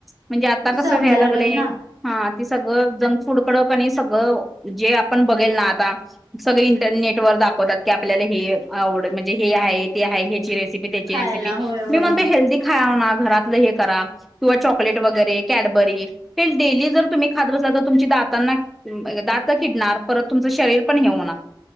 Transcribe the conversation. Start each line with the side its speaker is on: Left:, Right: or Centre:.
Centre: म्हणजे आता कसं
Right: समजायला
Centre: व्हयला लागलंय
Right: पाहिजे ना,
Centre: हां ते सगळं जंगफूड कड का नाही सगळं जे आपण बघेल ना आता सगळे इंटरनेट वर दाखवतात की आपल्याला हे आवडलं म्हणजे हे आहे ते आहे ह्याची रेस <unintelligible>
Right: खायला
Centre: रेसिपी
Right: होय, होय,
Centre: मी म्हणतो
Right: होय.
Centre: हेल्दी खावणा घरातल हे करा किंवा चॉकलेट वगैरे कॅडबरी ते डेली जर तुम्ही खाात बसला तर तुमची दातांना हम्म दात किडणार परत तुमचं शरीर पण हे होणार